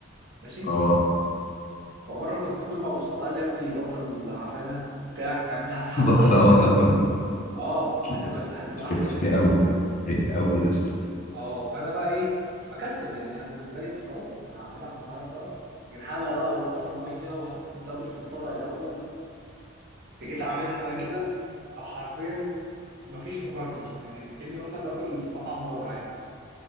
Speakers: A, on the right; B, on the left.
A: ماشي
B: اه
A: ومره كنت في كل ما بصمته قال لي يا ابني بطل عفانه بتاع اعملها في
B: <laughs>
A: حله
B: بطل
A: احسن
B: اه
A: كده
B: بطل فرق
A: اه هتبقى
B: يس
A: هتبقى احسن
B: فرقت في
A: بكتير
B: أوي
A: وبتاع
B: فرقت أوي لسه
A: اه فانا بقى ايه بكسل يعني انا بالنسبه لي طب خلاص هعملها في ميه خلاص يعني حله بقى واصفي الميه واحط التابل في الطبق الاول بس جيت اعملها بقى كده آه، حرفيا مفيش مقارنه يعني اكني مثلا باكل في مطعم بره عادي